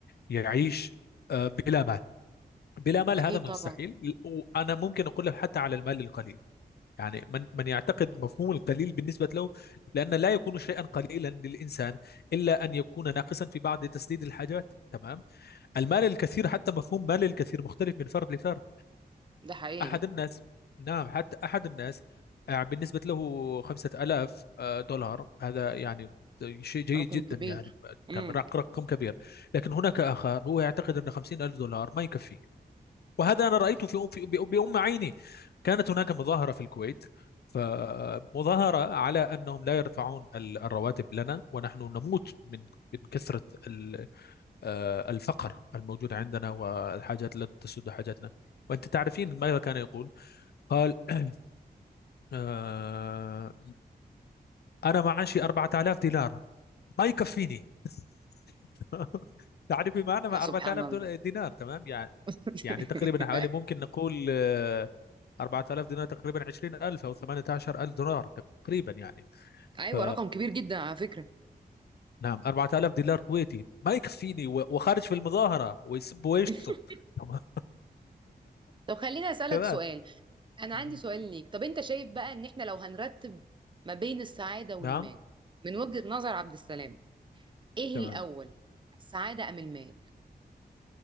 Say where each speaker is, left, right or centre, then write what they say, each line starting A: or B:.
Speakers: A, on the left; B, on the right.
A: يعيش آه، بلا مال بلا مال
B: أكيد
A: هذا مستحيل
B: طبعا
A: وأنا ممكن أقول لك حتى على المال القليل يعني من من يعتقد مفهوم القليل بالنسبة له لأن لا يكون شيئا قليلا للإنسان إلا أن يكون ناقصا في بعض تسديد الحاجات تمام المال الكثير حتى مفهوم مال الكثير مختلف من فرد لفرد
B: ده حقيقي
A: أحد الناس نعم حتى أحد الناس آه، بالنسبة له خمسة آلاف آه، دولار هذا يعني شيء جيد
B: رقم
A: جدا
B: كبير
A: يعني
B: امم
A: تم- رق- رقم كبير لكن هناك آخر هو يعتقد أن خمسين ألف دولار ما يكفي وهذا أنا رأيته في في- بأم بأم عيني كانت هناك مظاهرة في الكويت فمظاهرة على أنهم لا يرفعون ال- الرواتب لنا ونحن نموت من من كثرة ال- آه، الفقر الموجود عندنا والحاجات التي تسد حاجاتنا وأنت تعرفين ماذا كان يقول قال <clears throat> آه، أنا معاشي 4000 دينار ما يكفيني <laughs> تعرفي معنى ما
B: يا سبحان
A: 4000
B: الله
A: دول- دينار تمام يعني
B: <laughs>
A: يعني تقريبا
B: بقى.
A: حوالي ممكن نقول آه، 4000 دينار تقريبا 20000 او 18000 دولار تقريبا يعني
B: أيوة
A: ف
B: رقم كبير جدا على فكرة
A: نعم 4000 دينار كويتي ما يكفيني و- وخارج في المظاهرة ويسب ويشتم
B: <laughs>
A: تمام
B: طب خليني أسألك
A: تمام
B: سؤال أنا
A: مهم.
B: عندي سؤال ليك طب أنت شايف بقى إن إحنا لو هنرتب ما بين السعادة والمال
A: نعم
B: من وجهة نظر عبد السلام إيه
A: تمام
B: الأول السعادة أم المال